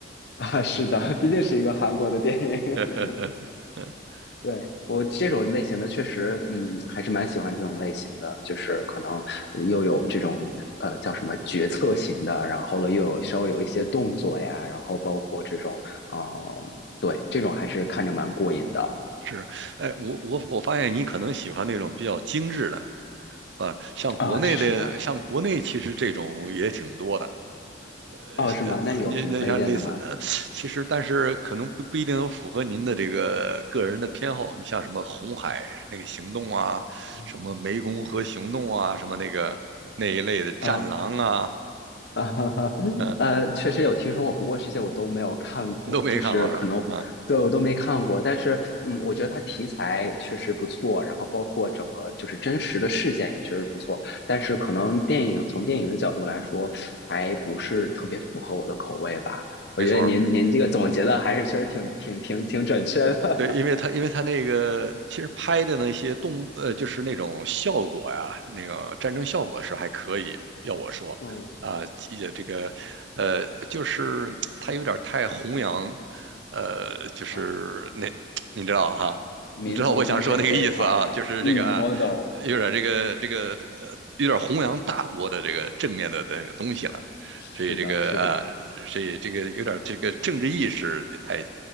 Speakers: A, on the left; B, on the right.
A: 啊，是的，<laughs> 毕竟是一个韩国的电影，
B: <laughs>
A: <laughs> 对，我这种类型的确实，嗯，还是蛮喜欢这种类型的，就是可能又有这种呃叫什么决策型的，然后了又有稍微有一些动作呀，然后包括这种，呃，对，这种还是看着蛮过瘾的
B: 是，哎，我我我发现你可能喜欢那种比较精致的。啊，像国内的，
A: 啊，是的，
B: 像国内其实这种也挺多的，呃，
A: 哦，是吗？
B: 呃您那像类似，
A: 那有什么推荐的吗？
B: 呃，其实但是可能不不一定能符合您的这个个人的偏好。你像什么红海那个行动啊，
A: 嗯。
B: 什么湄公河行动啊，什么那个那一类的战狼啊，
A: 啊。啊，<laughs>
B: 嗯、
A: 呃，确实有听说过，不过这些我都没有看过，
B: 你都没看过是吧？
A: 就是可能对我都没看过。
B: 啊，
A: 但是，嗯，我觉得它题材确实不错，然后包括整个就是真实的事件也确实不错。但是，可能电影从电影的角度来说，还不是特别符合我的口味吧。
B: 没错，
A: 我觉得您您这个总结的还是确实挺挺挺挺准确的。
B: 对，因为他因为他那个其实拍的那些动呃，就是那种效果呀，那个战争效果是还可以。要我说，
A: <laughs> 嗯
B: 啊、也这个，呃，就是他有点太弘扬，呃，就是那
A: 啊，
B: <tsk> 你知道哈、
A: 民族精神这一套的，
B: 你知道我想说那个意思啊，就是这个啊，
A: 嗯，我懂。
B: 呃有点这个这个呃，有点弘扬大国的这个正面的这个东西了，
A: 是的，
B: 所以这个啊，
A: 是的，
B: 所以这个有点这个政治意识太